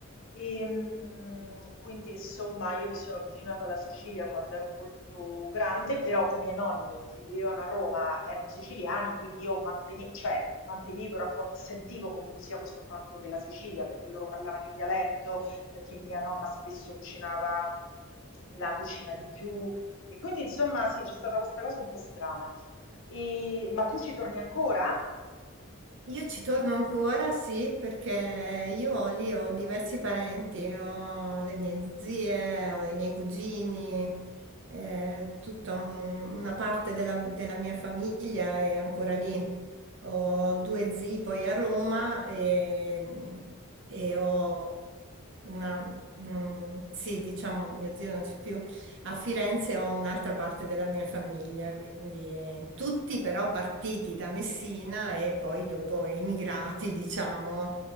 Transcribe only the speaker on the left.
E, mm, quindi insomma io mi sono avvicinata alla Sicilia quando ero molto grande, però i miei nonni che vivevano a Roma erano siciliani, quindi io mantene- cioè, mantenevo il rapporto, sentivo comunque sia questo fatto della Sicilia, perché loro parlavano in dialetto, perché mia nonna spesso cucinava la cucina di giù, e quindi insomma sì, c'è stata questa cosa un po' strana. E- ma tu ci torni ancora?